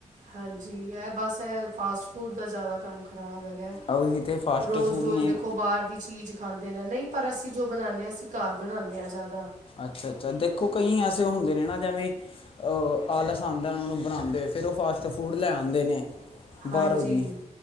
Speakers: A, on the right; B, on the left.
A: ਹਾਂਜੀ, ਏਹ ਬਸ ਏਹ ਫਾਸਟ-ਫੂਡ ਦਾ ਜਾਦਾ ਕੰਮ ਖਰਾਬ ਹੈਗਾ ਐ।
B: ਉਹੀ ਤੇ ਫਾਸਟ
A: ਰੋਜ਼-ਰੋਜ਼
B: ਫੂਡ ਨੇ
A: ਦੇਖੋ ਬਾਹਰ ਦੀ ਚੀਜ਼। ਖਾਂਦੇ ਨੇ ਨਈ ਪਰ ਅਸੀਂ ਜੋ ਬਣਾਨੇ ਆਂ ਅਸੀਂ ਘਰ ਬਣਾਨੇ ਆਂ ਜਾਦਾ।
B: ਅੱਛਾ-ਅੱਛਾ, ਦੇਖੋ ਕਈ ਐਸੇ ਹੁੰਦੇ ਨੇ ਨਾ ਜਵੇਂ ਅ ਆਲਸ ਆਂਦਾ ਓਨਾ ਨੂੰ ਬਣਾਂਦੇ ਹੋਏ ਫਿਰ ਓ ਫਾਸਟ-ਫੂਡ ਲੈ ਆਂਦੇ ਨੇ।
A: ਹਾਂਜੀ
B: ਬਾਰੋਂ ਦੀ